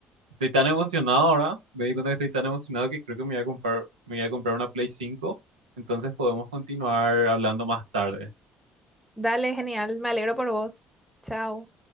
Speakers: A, on the right; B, in the centre.
A: estoy tan emocionado ahora, me di cuenta que estoy tan emocionado que creo que me voy a comprar, me voy a comprar una Play cinco entonces podemos continuar hablando más tarde.
B: Dale, genial, me alegro por vos. Chao.